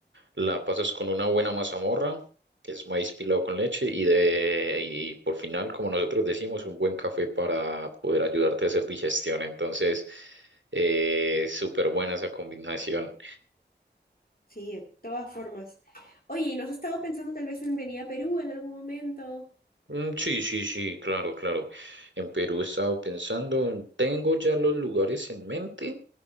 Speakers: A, on the right; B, on the left.
A: la pasas con una buena mazamorra, que es maíz pilado con leche, y, de, y por final, como nosotros decimos, un buen café para poder ayudarte a hacer digestión. Entonces, eh, súper buena esa combinación.
B: Sí, de todas formas. Oye, ¿y ¿no has estado pensando tal vez en venir a Perú en algún momento?
A: Mm, sí, sí, sí, claro, claro. En Perú he estado pensando, tengo ya los lugares en mente.